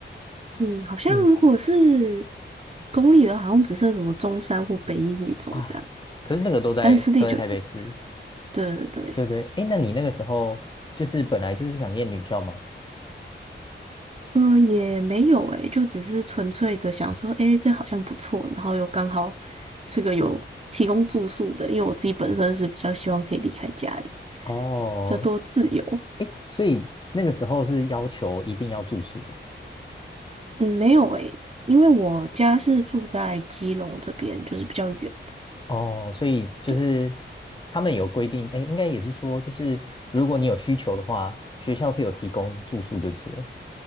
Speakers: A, on the right (about 30°); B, on the left (about 25°).
A: 嗯，好像如果是
B: 嗯
A: 公立的，好像只剩什么中山或北一女中这样，
B: 啊，可是那个都在都在台北市。
A: 但私立就有。对对对。
B: 对对，哎，那你那个时候就是本来就是想念女校吗？
A: 嗯，也没有诶，就只是纯粹的想说，诶，这好像不错，然后又刚好是个有提供住宿的，因为我自己本身是比较希望可以离开家里，
B: 哦，
A: 比较多自由。
B: 哎，所以那个时候是要求一定要住宿
A: 嗯，没有诶，因为我家是住在基隆这边，就是比较远。
B: 哦，哦，所以就是
A: 对，
B: 他们有规定，哎，应该也是说，就是如果你有需求的话，学校是有提供住宿就是了。